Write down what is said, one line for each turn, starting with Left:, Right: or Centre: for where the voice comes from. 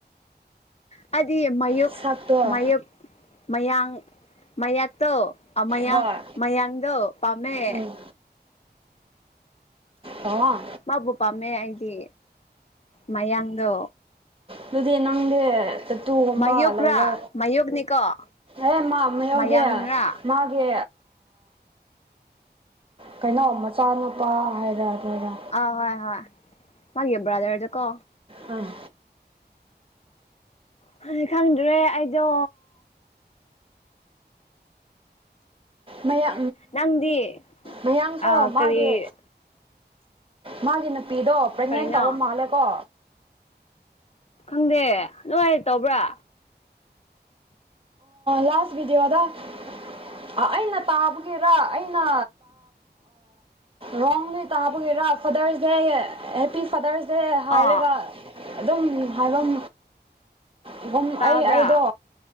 Left: ꯍꯥꯏꯗꯤ ꯃꯌꯣꯛ
Right: ꯁꯛꯇꯣ
Left: ꯃꯌꯣꯛ ꯃꯌꯥꯡ ꯃꯌꯥꯛꯇꯣ ꯃꯌꯥꯡ
Right: ꯍꯣꯏ
Left: ꯃꯌꯥꯡꯗꯣ ꯄꯥꯝꯃꯦ
Right: ꯎꯝ ꯑꯣ
Left: ꯃꯥꯕꯨ ꯄꯥꯝꯃꯦ ꯑꯩꯗꯤ ꯃꯌꯥꯡꯗꯣ
Right: ꯑꯗꯨꯗꯤ ꯅꯪꯗꯤ ꯇꯠꯇꯨꯒꯣꯕ
Left: ꯃꯌꯨꯛꯔꯥ
Right: ꯂꯩꯕ
Left: ꯃꯌꯨꯛꯅꯤꯀꯣ
Right: ꯑꯦ ꯃꯥ ꯑꯃ ꯌꯥꯎꯗꯦ
Left: ꯃꯌꯥꯡꯔꯥ
Right: ꯃꯥꯒꯤ ꯀꯩꯅꯣ ꯃꯆꯥꯅꯨꯄꯥ ꯍꯥꯏꯔ ꯑꯗꯨꯔ
Left: ꯑ ꯍꯣꯏ ꯍꯣꯏ ꯃꯥꯒꯤ ꯌꯕ꯭ꯔꯥꯗꯔꯖꯀꯣ
Right: ꯑꯥ
Left: ꯍꯧꯖꯤ ꯈꯪꯗ꯭ꯔꯦ ꯑꯩꯗꯣ
Right: ꯃꯌꯥ
Left: ꯅꯪꯗꯤ
Right: ꯃꯌꯥꯡꯁꯨ
Left: ꯑꯥ ꯀꯔꯤ
Right: ꯃꯥꯒꯤ ꯃꯥꯒꯤ ꯅꯨꯄꯤꯗꯣ ꯄ꯭ꯔꯦꯒꯅꯦꯟ
Left: ꯀꯔꯤꯅꯣ
Right: ꯇꯧꯕ ꯃꯥꯜꯂꯦꯀꯣ
Left: ꯈꯪꯗꯦ ꯂꯣꯏꯥꯏꯔ ꯇꯧꯕ꯭ꯔꯥ
Right: ꯂꯥꯁ ꯕꯤꯗꯤ ꯑꯗ ꯑꯩꯅ ꯇꯥꯕꯒꯤꯔꯥ ꯑꯩꯅꯥ ꯔꯣꯡꯂꯤ ꯇꯥꯕꯒꯤꯦꯔꯥ ꯐꯥꯗꯔꯁ ꯗꯦ ꯍꯦꯞꯄꯤ ꯐꯥꯗꯔꯁ ꯁꯦ ꯍꯥꯏꯔꯒ
Left: ꯑꯥ
Right: ꯑꯗꯨꯝ ꯍꯥꯏꯐꯝ ꯑꯗꯨꯨꯝ
Left: ꯇꯥꯕ꯭ꯔꯥ
Right: ꯑꯩ ꯑꯩꯗꯣ